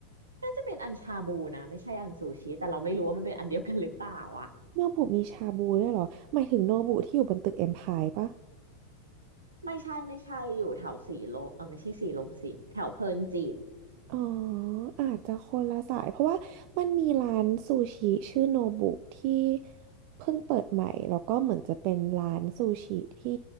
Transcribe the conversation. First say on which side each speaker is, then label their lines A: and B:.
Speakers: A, on the right; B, on the right.
A: น่าจะเป็นอันชาบูนะไม่ใช่อันซูชิแต่เราไม่รู้ว่ามันเป็นอันเดียวกันหรือเปล่าอ่ะ
B: โนบุมีชาบูด้วยเหรอหมายถึงโนบุที่อยู่บนตึกเอ็มพายปะ
A: ไม่ใช่ไม่ใช่อยู่แถวสีลมเออไม่ใช่สีลมสิแถวเพลินจิต
B: อ๋ออาจจะคนละสายเพราะว่ามันมีร้านซูชิชื่อโนบุที่เพิ่งเปิดใหม่แล้วก็เหมือนจะเป็นร้านซูชิที่